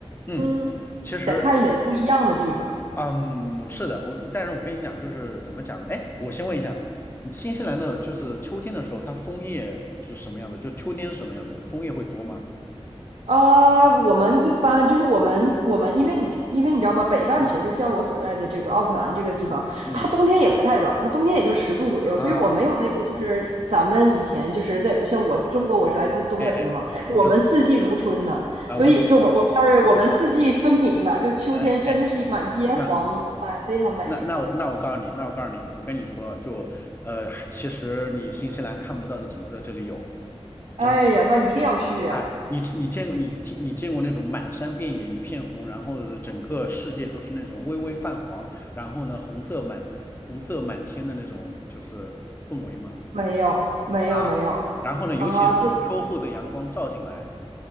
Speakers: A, on the left; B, on the right.
A: 嗯，
B: 嗯，
A: 其实。
B: 想看一点不一样的地方
A: 嗯，是的，我但是我跟你讲，就是怎么讲呢？哎，我先问一下，你新西兰的就是秋天的时候，它枫叶是什么样的？就秋天是什么样的？枫叶会多吗？
B: 啊。我们一般就是我们我们，因为你因为你知道吗？北半球就像我所在的这个奥克兰这个地方，
A: 嗯嗯嗯嗯
B: 它冬天也不太冷，它冬天也就十度左右，
A: 啊，
B: 所以我没有那个就是咱们以前就是在像我中国，我是来自东北的嘛，
A: 哎哎，我知道
B: 我们四季如春的，
A: 啊，
B: 所以就是我
A: 我懂，我
B: sorry，我们四季分明的，就秋天真的是满街黄，
A: 哎哎，那
B: 哎，非常美。
A: 那那我那我告诉你，那我告诉你，我跟你说，就呃，其实你新西兰看不到的景色这里有。
B: 哎呀，
A: 真的。
B: 那一定要去呀！
A: 哎，你你见过你听你见过那种满山遍野一片红，然后整个世界都是那种微微泛黄，然后呢红色满红色满天的那种就是氛围吗？
B: 没有没有没有啊，
A: 啊，然后呢，尤其是秋后的阳光照进来，
B: 这